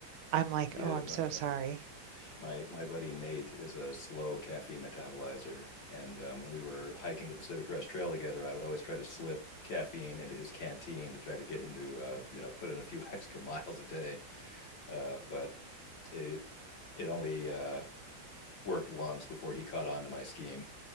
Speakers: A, on the right; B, on the left.
A: I'm like,
B: Yeah,
A: oh, I'm
B: my
A: so sorry.
B: my my, my buddy Nate is a slow caffeine metabolizer, and um, when we were hiking the Pacific Crest Trail together, I would always try to slip caffeine into his canteen to try to get him to uh, you know put in a few <laughs> extra miles a day uh, but it it only uh, worked once before he caught on to my scheme.